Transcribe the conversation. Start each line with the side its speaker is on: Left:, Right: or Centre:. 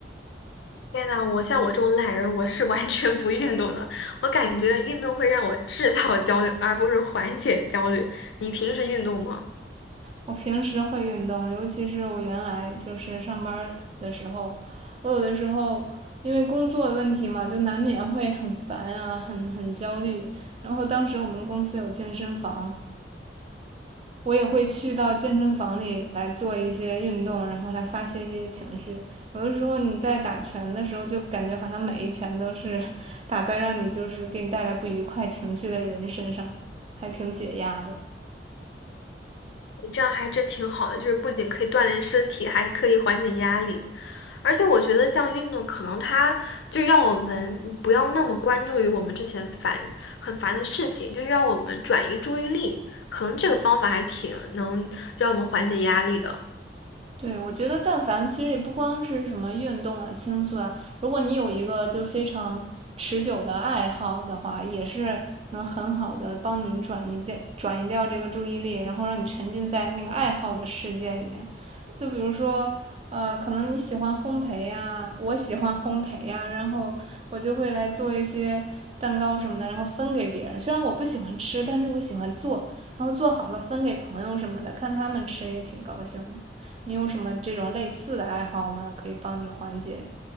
Left: 天呐，我像我这种懒人，我是完全不运动的。我感觉运动会让我制造焦虑，而不是缓解焦虑。你平时运动吗？
Right: 我平时会运动，尤其是我原来就是上班儿的时候，我有的时候因为工作的问题嘛，就难免会很烦啊，很很焦虑。然后当时我们公司有健身房，我也会去到健身房里来做一些运动，然后来发泄一些情绪。有的时候你在打拳的时候，就感觉好像每一拳都是打在让你就是给你带来不愉快情绪的人身上，还挺解压的。
Left: 你这样还真挺好的，就是不仅可以锻炼身体，还可以缓解压力。而且我觉得，像运动，可能它就让我们不要那么关注于我们之前烦很烦的事情，就是让我们转移注意力。可能这个方法还挺能让我们缓解压力的。
Right: 对，我觉得但凡其实也不光是什么运动啊、倾诉啊，如果你有一个就是非常持久的爱好的话，也是能很好的帮你转移掉、转移掉这个注意力，然后让你沉浸在那个爱好的世界里面。就比如说，呃，可能你喜欢烘焙呀，我喜欢烘焙呀，然后我就会来做一些蛋糕什么的，然后分给别人。虽然我不喜欢吃，但是我喜欢做，然后做好了分给朋友什么的，看他们吃也挺高兴的。你有什么这种类似的爱好吗？可以帮你缓解